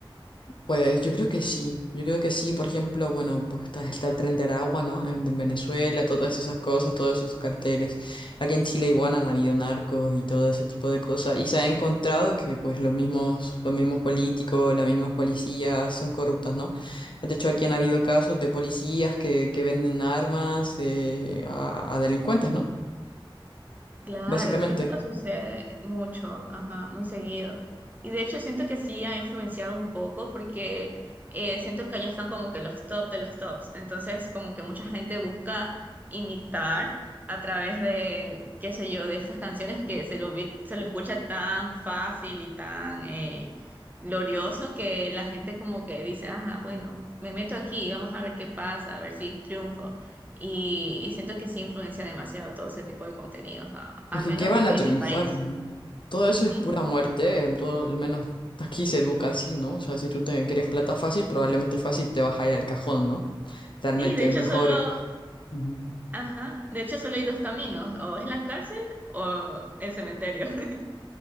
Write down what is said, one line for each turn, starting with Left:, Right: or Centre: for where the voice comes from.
Left: Pues yo creo que sí, yo creo que sí, por ejemplo, bueno, pues está, está el tren de Aragua, ¿no? En, en Venezuela, todas esas cosas, todos esos carteles. Aquí en Chile igual han habido narcos y todo ese tipo de cosas, y se ha encontrado que pues los mismos, los mismos políticos, las mismas policías son corruptas, ¿no? De hecho, aquí han habido casos de policías que, que venden armas eh, a, a delincuentes, ¿no?
Right: Claro,
Left: Básicamente.
Right: creo que nos sucede mucho, ajá, muy seguido. Y de hecho siento que sí ha influenciado un poco porque eh, siento que allá están como que los top de los tops. Entonces como que mucha gente busca imitar a través de, qué sé yo, de estas canciones que se lo, vi- se lo escucha tan fácil y tan eh, glorioso que la gente como que dice, ajá, bueno, me meto aquí, vamos a ver qué pasa, a ver si triunfo y, y siento que sí influencia demasiado todo ese tipo de contenidos, a- al
Left: Es que,
Right: menos
Left: ¿qué van a
Right: en
Left: triunfar?
Right: mi país.
Left: no? Todo
Right: Ujú.
Left: eso es pura muerte, eh, todo, al menos aquí se educa así, ¿no? O sea, si tú te quieres plata fácil, probablemente fácil te vas a ir al cajón, ¿no? Realmente
Right: Sí, de hecho
Left: es mejor.
Right: solo,
Left: Ujú.
Right: ajá, de hecho solo hay dos caminos, o es la cárcel o el cementerio. <laughs>